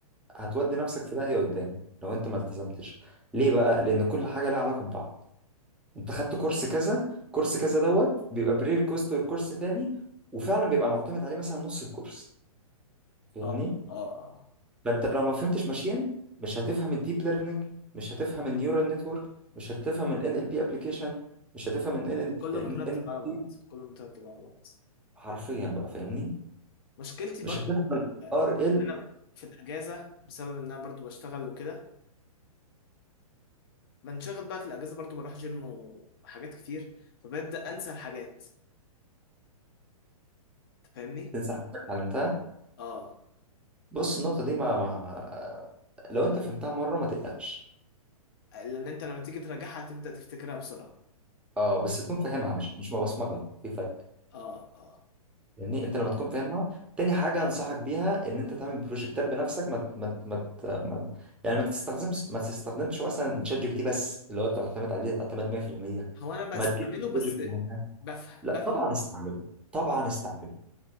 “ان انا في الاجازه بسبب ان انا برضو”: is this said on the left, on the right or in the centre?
Left